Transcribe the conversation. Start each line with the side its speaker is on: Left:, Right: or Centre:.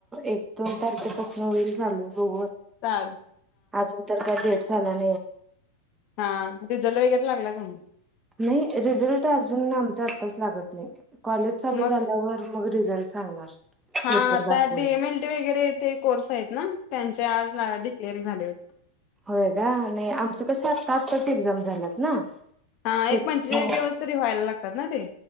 Right: एक दोन तारखेपासून <inaudible> झालो ब
Left: ताण.
Right: अजून तर काय द्यायच झाला <inaudible>
Left: हा रिझल्ट वगैरे लागला का मग
Right: नाही, रिझल्ट अजून आमचा आताच लागत नाही. कॉलेज चालू
Left: मग
Right: झाल्यावर मग रिझल्ट सांगणार.
Left: हा
Right: पेपर
Left: आता
Right: दाखवून
Left: डीएम एल टी वगैरे ते कोर्स आहेत ना? त्यांचे आज ला डिक्लेअर झाले वाट
Right: होय का नाही आमचं कसं आस्त आता एक्झाम झाल्यात ना?
Left: हा
Right: त्याच्यामुळे
Left: एक पंचेचाळीस दिवस तरी व्हायला लाग तात ना ते.